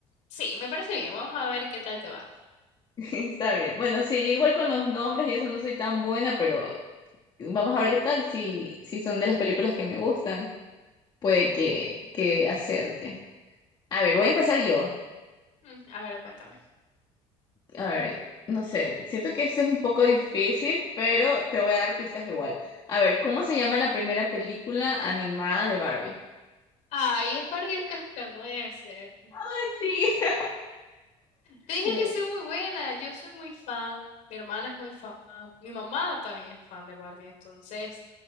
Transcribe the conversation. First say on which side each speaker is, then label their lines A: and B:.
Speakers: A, on the left; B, on the left.
A: sí, me parece bien. Vamos a ver qué tal te va.
B: <laughs> Está bien. Bueno, sí, yo igual con los nombres y eso no soy tan buena, pero vamos a ver qué tal si, si son de las películas que me gustan. Puede que, que hacerte. A ver, voy a empezar yo.
A: Mm, a ver, cuéntame.
B: A ver, no sé, siento que esto es un poco difícil, pero te voy a dar pistas igual. A ver, ¿cómo se llama la primera película animada de Barbie?
A: Ay, es Barbie el cascanueces.
B: <laughs> Ay, sí.
A: Te dije
B: Sí.
A: que soy muy buena, yo soy muy fan, mi hermana es muy fan, mi mamá también es fan de Barbie, entonces...